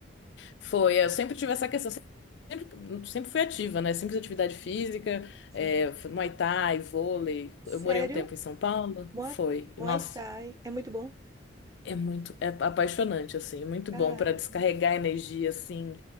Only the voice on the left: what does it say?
Foi, eu sempre tive essa questão, sempre, sempre fui ativa, né? Sempre fiz atividade física,
é, Muay Thai, vôlei.
Eu morei um tempo em São Paulo,
foi.
Nossa.
É muito, é apaixonante, assim, é muito
bom para descarregar energia, assim.